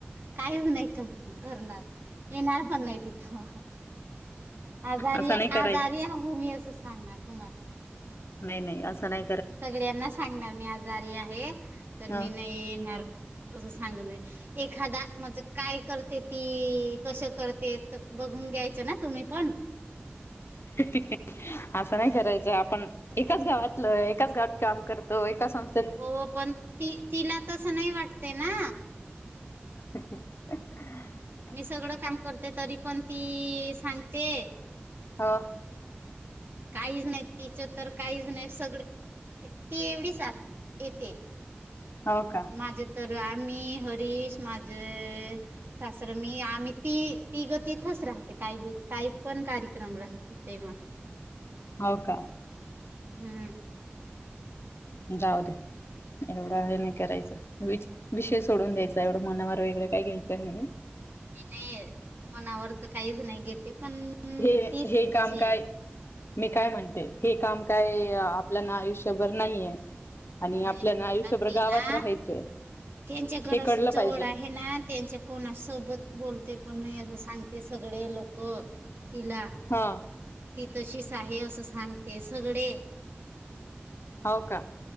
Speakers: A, on the right; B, on the left.
A: काहीच नाय कर करणार येणार पण नाय तिथ ह ह आजारी
B: असं
A: य
B: नाही करायचं
A: आजारी आहो मी असं सांगणार तुम्हाला
B: नय नय असं नाय
A: सगळ्यांना सांगणार मी आजारी आहे तर
B: ह
A: मी नही येणार. असं सांगून देईन एखादा म्हजे काय करते ती कस करते त बघून घ्यायचं ना तुम्ही पण
B: <unintelligible> असं नाय करायचं आपण एकाच गावातलं एकाच गावात काम करतो एका संस्थ
A: हो पण ती तिला तसं नाय वाटते ना
B: <unintelligible>
A: मी सगड काम करते तरी पण ती सांगते.
B: हा
A: काईज नाय तिच तर काईज नाय सगड ते ती एवढी सा <inaudible> येते.
B: हो का.
A: माझे तर आम्ही हरीश माझअअ सासर मी आम्ही ती तिघ तिथंच राहत काय बी काय पण कार्यक्रम राहतो तेव्हा
B: हो का
A: हम्म
B: जाऊ दया एवढा हे नाय करायच द्यायच विषय सोडून द्यायचा एवढं मनावर वगैरे काय घ्यायचं नाही.
A: मी नई मनावर त काहीच नाही घेते पण
B: हे
A: तीच
B: हे
A: तशी
B: काम काय
A: आहे
B: मी काय म्हणते हे काम काय आपल्याला आयुष्यभर नाहीये. आणि
A: नाही
B: आपल्याला आयुष्यभर
A: पण ती
B: गावात
A: ना
B: राहायचंय
A: त्यांच्या घरज
B: हे कळलं
A: जवड
B: पाहिजे
A: आहे ना त्यांच्या कोणा सोबत बोलते पण नाय असं सांगते सगळे लोक तिला
B: हा
A: ती तशीच आहे असं सांगते सगडे
B: हाव का.